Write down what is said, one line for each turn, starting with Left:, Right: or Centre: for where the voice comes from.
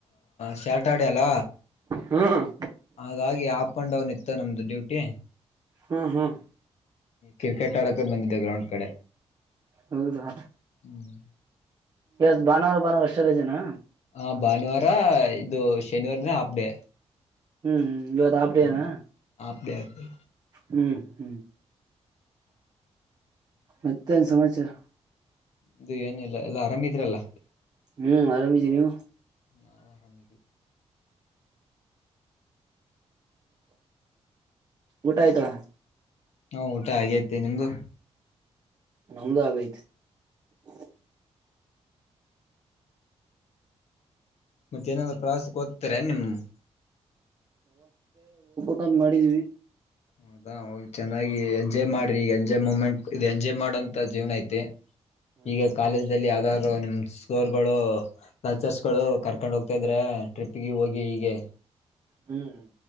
Left: ಶ್ಯಾಟ್ ಆಡಿ ಅಲ್ಲ
Right: ಹ್ಮ್
Left: ಹಾಗಾಗಿ ಆಪ್ ಅಂಡ್ ಡೌನ್ ಇತ್ತು ನಮ್ದು ಡ್ಯೂಟಿ
Right: ಹ್ಮ್ ಹ್ಮ್
Left: ಕ್ರಿಕೆಟ್ ಆಡ ಬಂದಿದೆ ಗ್ರೌಂಡ್ ಕಡೆ
Right: ಹೌದಾ
Left: ಹ್ಮ್
Right: ಎ ಭಾನವಾರ ಭಾನವಾರ ಎಶವರಜನಾ
Left: ಹ ಭಾನುವಾರ ಇದು ಶನಿವಾರನ ಹಾಪ್ ಡೇ
Right: ಹ್ಮ್ ಹ್ಮ್ ಇದ ಹಾಪ ಡೇ
Left: ಹ್ಮ್
Right: ಎನ
Left: ಹಾಫ್ ಡೇ ಆಯ್ತು
Right: ಹ್ಮ್ ಹ್ಮ್ ಮತ್ತನ್ ಸಮಾಚಾರ
Left: ಇದು ಏನಿಲ್ಲ ಎಲ್ಲಾ ಆರಾಮಿದ್ರಲ್ಲ
Right: ಹ್ಮ್ ಆರಾಮಿದ ನೀವು
Left: ಹಾ ಆರಾಮ
Right: ಹ ಊಟ್ತಾ ಅಂತ,
Left: ಹ್ಮ್ಲ ಊಟ ಹಾಗೇತಿ ನಿಮ್ದು. -
Right: ನಮ್ಮದು ಆಗೈತೆ. -
Left: ಮತ್ತ ಏನಾದ್ರು ಪ್ರವಾಸಕ್ಕೆ ಓದ್ತಾರೆ ನಿಮ, -
Right: ಕೊಂಡ ಮಾಡಿದೀವಿ. -
Left: ಹೌದಾ ಹೋಗಿ ಚೆನ್ನಾಗಿ ಎಂಜಾಯ್ ಮಾಡ್ರಿ ಈಗ ಎಂಜಾಯ್ ಮೂಮೆಂಟ್ ಇದು. ಎಂಜಾಯ್ ಮಾಡೋಂತ ಜೀವ್ನ ಐತೆ-
Right: ಹ್ಮ್
Left: ಈಗ ಕಾಲೇಜಲ್ಲಿ ಆ, - ರು ನಿಮ್ ಸರ್ರ್ಗಳು, ಲಚರ್ಸ್ಗಳು ಕರ್ಕೊಂಡ್ ಹೋಗ್ತಾ ಇದ್ರ ಟ್ರಿಪ್ಗೆ ಹೋಗಿ ಹೀಗೆ.
Right: ಹ್ಮ್,